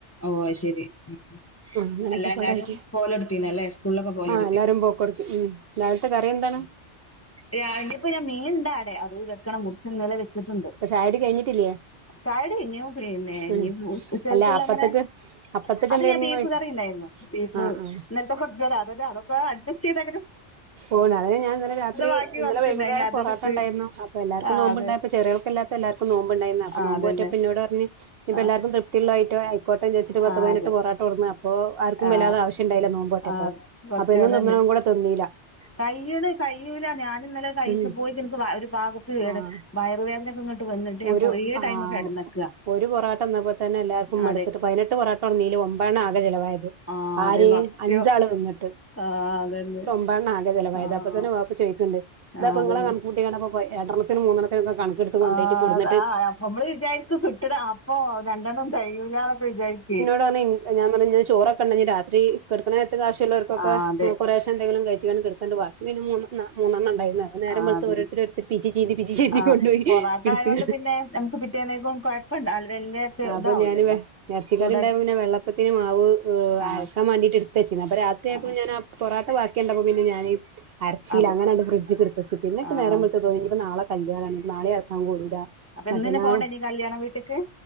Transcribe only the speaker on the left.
ഓ ശെരി ആ
അല്ല എല്ലാരും
പോലെടുത്തീണല്ലെ സ്കൂളിലൊക്കെ പോലെടുത്തി
രവിലെ പ്പൊ മീൻണ്ടടെ അത് വെക്കണം മുറിച്ച് നിലെ വ.. <unintelligible>
ചായടി കഴിഞ്ഞു പിന്നെ
ഉച്ചക്കുള്ളങ്ങനെ
അത്
ഞാൻ ബീഫ്
കറിണ്ടായിരുന്നു. ബീഫ്
ഇന്നലത്തെ കുറച്ച് തരാം അതെ അതൊക്കെ അഡ്സ്റ്റ് ചെയ്ത
ബാക്കി
കൊറച്ചുണ്ടായിനി
അതെടുത്ത്
ആ
അതെ
ആ
അതന്നെ
ആ
ആ
അതെ
ആ
ആ സത്യം
അതന്നെ
കയ്യണ് കയ്യൂലാ ഞാനി ഇന്നലെ കഴിച്ച
പോയക്ക് ൻക്ക് ഒരു ഭാഗത്ത് വേദന
വയറുവേദനൊക്കെ ഇങ്ങോട്ട്. വന്നിട്ട് ഞാൻ
കൊറേ
ടൈം കിടന്നക്കാ
അതെ
ആഹ്
അതെ സത്യം
ആഹ് അതന്നെ.
ആഹ്
ആഹ്
അതന്നെ
ആഹ്.
ആഹ് അപ്പൊ നമ്മള് വിചാരിക്കു കിട്ടണ അപ്പൊ രണ്ടെണ്ണം തെകയൂല ന്നൊക്കെ വിചാരിക്കേ.
ആഹ് അതെ
ആഹ്
അതന്നെ
ആഹ്
പൊറാട്ട
ആയോണ്ട് പിന്നെ നമുക്ക് പിറ്റേന്നേക്കും കൊഴപ്പണ്ട വല്ല്യ
ഇതാവൂലല്ലോ
ചൂട
ആഹ്
ആഹ്
അത്
ആഹ്
അപ്പൊ
എന്നന്നെ പോണ്ടേ നീ കല്യാണ വീട്ട്ക്ക്